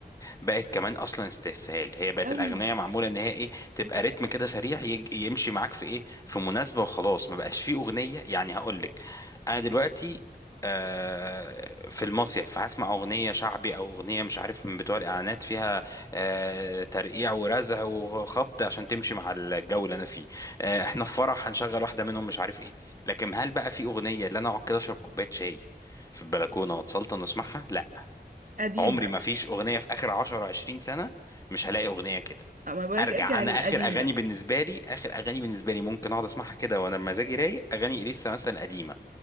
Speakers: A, on the left; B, on the right.
A: بقت كمان اصلا استسهال هي بقت
B: قوي
A: الاغنيه معموله ان هي ايه تبقى رتم كده سريع يج- يمشي معاك في ايه في مناسبه وخلاص ما بقاش فيه اغنيه يعني هقول لك انا دلوقتي آه، في المصيف فهسمع اغنيه شعبي او اغنيه مش عارف من بتوع الاعلانات فيها آه، ترقيع ورزع وخبط عشان تمشي مع الجو اللي انا فيه آه، احنا في فرح هنشغل واحده منهم مش عارف ايه لكن هل بقى في اغنيه اللي انا اقعد كده اشرب كوبايه شاي في البلكونه واتسلطن واسمعها لا
B: قديم
A: عمري
B: بقى
A: ما فيش اغنيه في اخر 10 20 سنه مش هلاقي اغنيه كده
B: أو ما بقولك
A: ارجع
B: ارجع
A: انا
B: للقديم
A: اخر اغاني
B: بقى
A: بالنسبه لي اخر اغاني بالنسبه لي ممكن اقعد اسمعها كده وانا مزاجي رايق اغاني اليسا مثلا القديمه